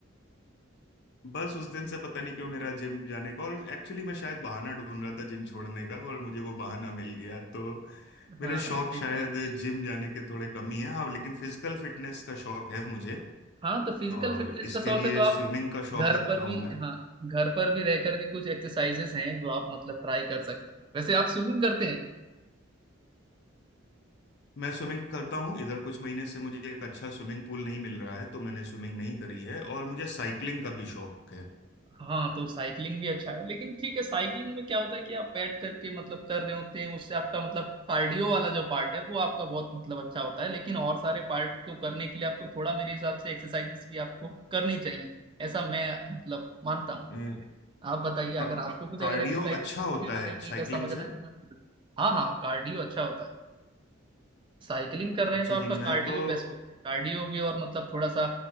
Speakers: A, on the left (about 60°); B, on the right (about 25°).
A: बस उस दिन से पता नहीं क्यों मेरा जिम जाने का और एक्चुअली मैं शायद बहाना ढूंढ रहा था जिम छोड़ने का और मुझे वो बहाना मिल गया तो मेरे
B: हाँ
A: शौक
B: हाँ एकदम
A: शायद
B: सही
A: जिम
B: है
A: जाने के थोड़े कम ही हैं हाँ लेकिन फिजिकल फिटनेस का शौक है मुझे
B: हाँ तो फिजिकल
A: और
B: फिटनेस
A: इसके
B: का शौक
A: लिए
B: है तो आप
A: स्विमिंग का शौक
B: घर
A: रखता
B: पर भी
A: हूँ मैं
B: हाँ घर पर भी रह करके कुछ एक्सरसाइजेस हैं जो आप मतलब ट्राई कर सकते हैं वैसे आप स्विमिंग करते हैं
A: मैं स्विमिंग करता हूँ इधर कुछ महीने से मुझे एक अच्छा स्विमिंग पूल नहीं मिल रहा है तो मैंने स्विमिंग नहीं करी है और मुझे साइकिलिंग का भी शौक है
B: हाँ तो साइकिलिंग भी अच्छा है लेकिन ठीक है साइकिलिंग में क्या होता है कि आप बैठ करके मतलब कर रहे होते हैं उससे आपका मतलब कार्डियो वाला जो पार्ट है वो आपका बहुत मतलब अच्छा होता है लेकिन और सारे पार्ट को करने के लिए आपको थोड़ा मेरे हिसाब से एक्सरसाइजेस भी आपको करनी चाहिए ऐसा मैं मतलब मानता हूँ
A: ए,
B: आप बताइए
A: का,
B: अगर आपको कुछ
A: कार्डियो
B: अगर एक्सरसाइज
A: अच्छा
B: के
A: होता
B: बारे
A: है
B: में
A: साइकिलिंग
B: अगर समझना
A: से
B: है तो मैं हाँ हाँ कार्डियो अच्छा होता है साइकिलिंग कर रहे
A: अच्छे
B: हैं तो आपका
A: जिम
B: कार्डियो
A: में तो
B: बेस्ट होता है कार्डियो भी और मतलब थोड़ा सा